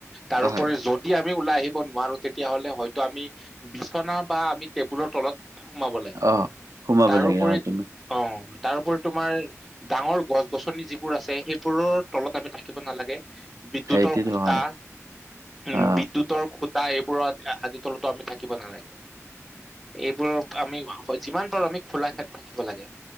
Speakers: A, in the centre; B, on the right.
A: তাৰ
B: অ
A: ওপৰি
B: হয়।
A: যদি আমি ওলাই আহি ব নোৱাৰো তেতিয়াহ'লে হয়তো আমি বিচনা বা আমি টেবুলৰ তলত সোমাব লাগে
B: অ সোমাব
A: তাৰোপৰি
B: লাগে অ তুমি
A: অ' তাৰোপৰি তোমাৰ ডাঙৰ গছ গছনি যিবোৰ আছে সেইবোৰৰ তলত আমি থাকিব নালাগে। বিদ্যুত
B: সেইটোতো
A: খুটা
B: হয়
A: উম,
B: অ
A: বিদ্যুত তৰ খুটা এইবোৰত আদি তলতো আমি থাকিব নালাগে। এইবোৰ আমি যিমান পাৰোঁ আমি খোলা ক্ষেত্ৰত থাকিব লাগে,